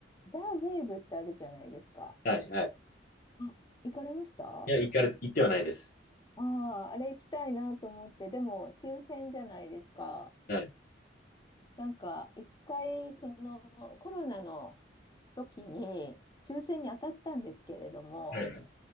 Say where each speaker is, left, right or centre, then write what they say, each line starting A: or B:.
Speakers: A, on the left (about 25°); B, on the left (about 50°).
A: ザ・ウェーブってあるじゃないですか。
B: はい、はい。
A: あ、行かれましたあ
B: いや、行かれ、行ってはないです。
A: あー、あれ行きたいなと思って、でも、抽選じゃないですか。
B: はい。
A: なんか、一回、その、コロナの時に、抽選に当たったんですけれども、
B: はい